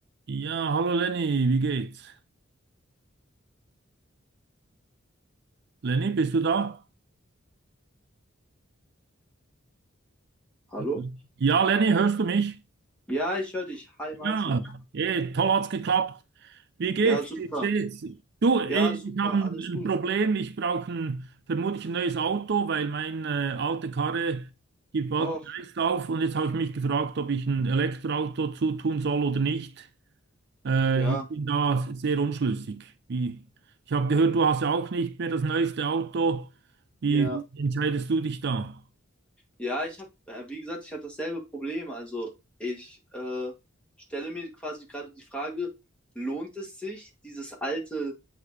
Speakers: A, on the right; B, in the centre.
A: Ja, hallo Lenny, wie geht's? Lenny, bist du da?
B: Hallo?
A: Mhm. Ja, Lenny, hörst du mich?
B: Ja, ich höre dich. Hi
A: Ja,
B: Martin.
A: eh, toll hat's geklappt. Wie geht's?
B: Ja, super.
A: Wie steht's? Du, eh,
B: Ja, super,
A: ich habe ein
B: alles gut.
A: ein Problem. Ich brauche vermutlich ein neues Auto, weil meine alte Karre gibt bald
B: Och,
A: den Geist auf. Und jetzt habe ich mich gefragt, ob ich ein Elektroauto zutun soll oder nicht. Äh,
B: ja,
A: ich bin da sehr unschlüssig. Wie, ich habe gehört, du hast ja auch nicht mehr das neueste Auto. Wie,
B: ja.
A: wie entscheidest du dich da?
B: Ja, ich habe, äh, wie gesagt, ich habe dasselbe Problem. Also ich äh, stelle mir quasi gerade die Frage, lohnt es sich, dieses alte,